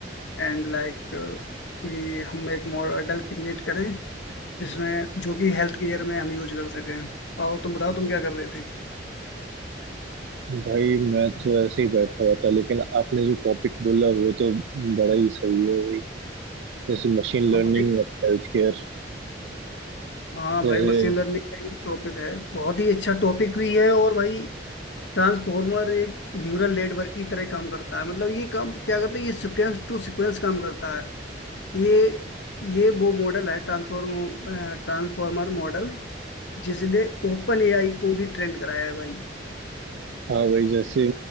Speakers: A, on the left; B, on the right.
A: and like कि हम एक मॉडल क्रिएट करें जिसमें जो कि हेल्थ केयर में हम यूज कर सकें और तुम बताओ तुम क्या कर रहे थे
B: भाई मैं तो ऐसे ही बैठा हुआ था लेकिन आपने जो टॉपिक बोला वो तो बड़ा ही सही है भाई जैसे मशीन
A: हम
B: लर्निंग
A: भाई
B: और हेल्थ केयर
A: हाँ
B: जैसे
A: भाई मशीन लर्निंग का ये टॉपिक है बहुत ही अच्छा टॉपिक भी है और भाई ट्रांसफॉर्मर एक न्यूरल नेटवर्क की तरह काम करता है मतलब ये काम क्या करता है ये सीक्वेंस टू सीक्वेंस काम करता है ये ये वो मॉडल है ट्रांसफॉर्म ट्रांसफॉर्मर मॉडल जिसने ओपन एआई को भी ट्रेंड कराया है भाई
B: हाँ भाई जैसे